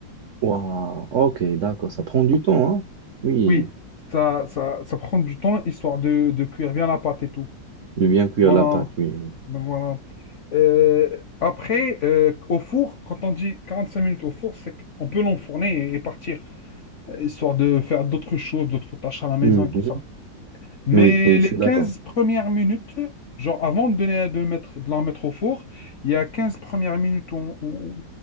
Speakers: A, on the right (about 60°); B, on the left (about 60°).
A: Waouh, ok, d'accord, ça prend du temps, hein? Oui,
B: Oui, ça, ça, ça prend du temps histoire de, de cuire bien la pâte et tout.
A: de bien cuire
B: Voilà.
A: la pâte, oui.
B: Donc voilà. Euh, après, euh, au four, quand on dit 45 minutes au four, c'est qu'on peut l'enfourner et, et partir, euh, histoire de faire d'autres choses, d'autres tâches à la maison
A: Mhm.
B: et tout ça. Mais
A: Oui, oui,
B: les
A: je suis d'accord.
B: 15 premières minutes, genre avant de, donner, de mettre, de la mettre au four, il y a 15 premières minutes où on, où